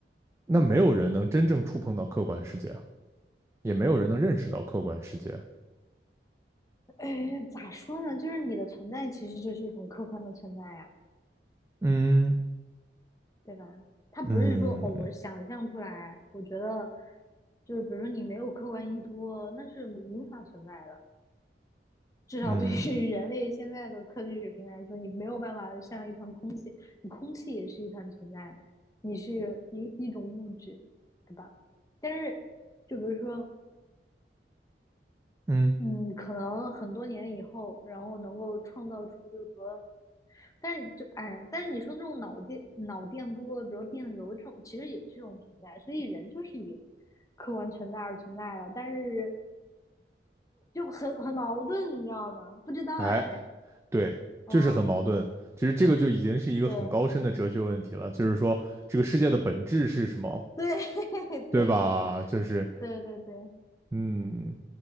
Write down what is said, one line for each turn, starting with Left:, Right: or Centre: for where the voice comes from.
Right: 那没有人能真正触碰到客观世界啊也没有人能认识到客观世界。
Left: 哎，咋说呢？就是你的存在其实就是一种客观的存在呀、啊
Right: 嗯
Left: 对吧？它不是说哦，
Right: 嗯
Left: 我想象出来，我觉得就是比如说你没有客观依托，那是无法存在的。至少对于人类现在的科技水平来说，
Right: 嗯
Left: 你没有办法像一团空气，你空气也是一团存在，你是一一种物质，对吧？但是，就比如说，
Right: 嗯，
Left: 嗯，可能很多年以后，然后能够创造出就是说，但是就哎，但是你说那种脑电脑电波，比如电流这种，其实也是一种存在，所以人就是以客观存在而存在的，但是就很很矛盾，你知道吗？不知道哎，
Right: 哎，对，
Left: 哦，
Right: 就是很矛盾。其实这个就已经是一个很高深的哲学问题了，
Left: 对
Right: 就是说这个世界的本质是什么，
Left: 对 <laughs>
Right: 对吧？
Left: 对对对
Right: 就是
Left: 对对对，
Right: 嗯，